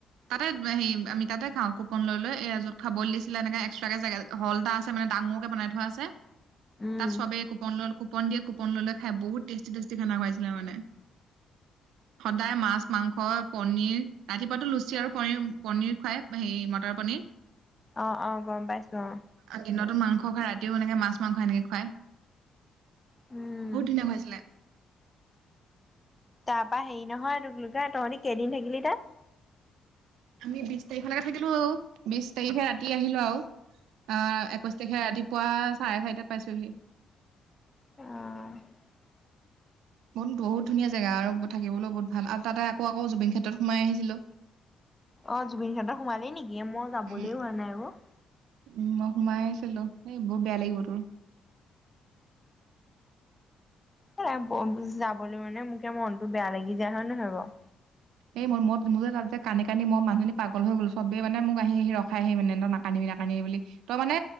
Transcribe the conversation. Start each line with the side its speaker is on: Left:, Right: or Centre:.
Right: তাতে হেৰি আমি তাতে খাওঁ কুপন লৈ, লৈ এ, য'ত খাবলৈ দিছিলে, এনেকে এক্সট্ৰাকে জেগা হল এটা আছে মানে ডাঙৰকে বনাই থোৱা আছে।
Left: উম,
Right: তাত চবে কুপন লৈ কুপ কুপন দিয়ে কুপন লৈ, লৈ খাই বহুত টেষ্টি, টেষ্টি খানা খুৱাইছিলে মানে। সদায় মাছ, মাংস, পনীৰ ৰাতিপুৱাতো লুচ লুচি আৰু পনীৰ, পনীৰ খুৱাই হেয়ি মটৰ পনীৰ।
Left: অ', অ', গম পাইছোঁ অ'।
Right: দিনতো মাংস খুৱাই ৰাতিও এনেকে মাছ, মাংস এনেকে খুৱায়।
Left: উম।
Right: বহুত ধুনীয়া খুৱাইছিলে।
Left: তাপা হেৰি নহয়, তোকলোকে তহঁতি কেইদিন থাকিলি তাত?
Right: আমি বিচ তাৰিখলৈকে থাকিলোঁ, বিচ তাৰিখে ৰাতি আহিলোঁ আৰু। অ', একৈচ্ছ তাৰিখে ৰাতি পুৱা চাৰে চাৰিটাত পাইছোহি।
Left: অহ।
Right: বহুত, বহুত ধুনীয়া জগা আৰু থাকিবলৈও বহুত ভাল আৰু তাতে আকৌ আকৌ জুবিন ক্ষেত্ৰত সোমাই আহিছিলো।
Left: অ', জুবিন ক্ষেত্ৰত সোমালেই নেকি, মই যাবলৈ
Right: উম,
Left: হোৱা নাই অ'।
Right: উম, মই সোমাই আহিছিলো, এই বহুত বেয়া লাগিব তোৰ।
Left: অ', যাবলৈ মানে মোকে মনটো বেয়া লাগি যায় হয় নহয় বাৰু।
Right: এই মই, মই মোৰ যে ত যে কান্দি কান্দি মই মানুহজনী পাগল হৈ গ'লো চবেই মানে মোক আহি আহি ৰখাই আহি মানে তই নাকান্দিবি নাকান্দিবি বুলি, তই মানে